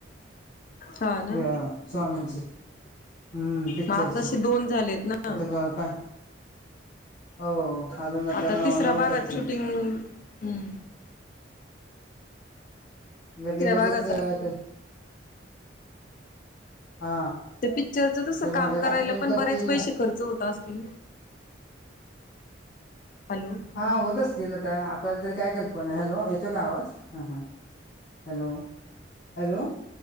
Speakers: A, on the left; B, on the left.
A: हा ना
B: हे अ स्वामींचे हम्म पिक्चरचे
A: मग आताशी दोन झालेत ना
B: आता हो हो अजून
A: आता
B: नऊ
A: तिसऱ्या
B: नऊ
A: भागाच
B: करतील
A: शूटिंग हम्म तिसऱ्या
B: लगे लगेच
A: भागाच
B: अ हा
A: ते पिक्चरच तसं
B: दुसऱ्या भागाची
A: काम करायला
B: शूटिंग
A: पण
B: करतील
A: बरेच पैशे खर्च होत असतील ना हॅलो
B: हा होत असतील आता आपल्याला तरी काय कल्पना हॅलो येतो का आवाज हा हा हॅलो हॅलो